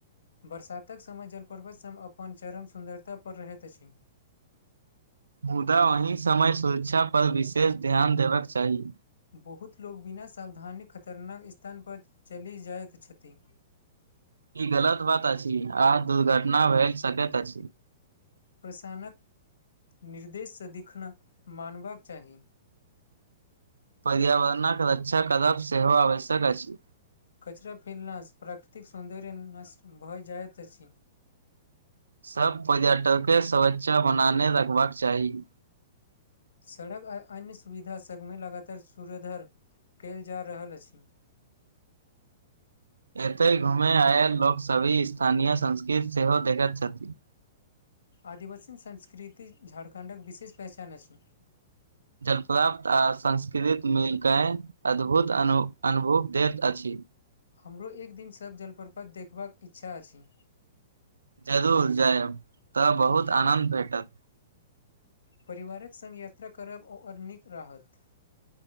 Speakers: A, on the left; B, on the right.
A: बरसातक समय जलपर्वत सभ अपन चरम सुन्दरता परर रहैत अछि। <inaudible>
B: मुदा ओही समय सुरक्षा परर विशेष ध्यान देबाकक चाही
A: बहुत लोक बिना सावधानी खतरनाक स्थानपर चलि जाइत छथि।
B: ई गलत बात अछि आ दुर्घटना भेल सकैत अछि।
A: प्रसानक नि उद्देश्य देखिखना मानबाक चाही
B: पर्यावरणक रक्षा करब सेहो आवश्यक अछि।
A: कचरा फिलनास प्राकृतिक सौन्दर्य नष्ट भऽ जाइत अछि।
B: सभ पर्यटकके सुरक्षा बनाने रखबाक चाही
A: सड़क आ अन्य सुविधा सभमे लगातार सुरधर कयल जा रहल अछि।
B: एतय घूमय आयल लोक सभी स्थानीय संस्कृति सेहो देखैत छथि।
A: आदिवासी संस्कृति झाड़खण्डक विशेष पहचान अछि।
B: जलपाप्त आ संस्कृत मिलके अद्भुत अन अनुभूव दैत अछि।
A: हमरो एक दिन सभ जलप्रपत देखबाक इच्छा अछि
B: जरूर जायब तऽ बहुत आनन्द भेटत
A: परिवारक संग यात्रा करब ओ और निक राहत